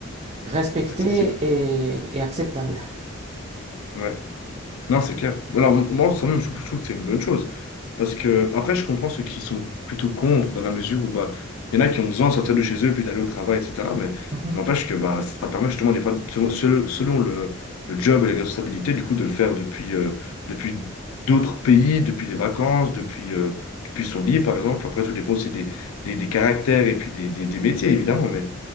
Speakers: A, on the right; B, on the left.
A: respecté
B: accessible.
A: et et acceptable.
B: Ouais. Non, c'est clair. Alors moi, en soi même, je je trouve que c'est une bonne chose. Parce que, après, je comprends ceux qui sont plutôt contre, dans la mesure où, bah, il y en a qui ont besoin de sortir de chez eux, puis d'aller au travail, etc. Mais
A: Mmh
B: n'empêche que, bah, ça permet justement, des fois, selon, selon- selon le, le job et les responsabilités, du coup, de le faire depuis, euh, depuis d'autres pays, depuis des vacances, depuis, euh, depuis son lit, par exemple. Après, tout dépend aussi des, des, des caractères et puis des, des, des métiers, évidemment. Mais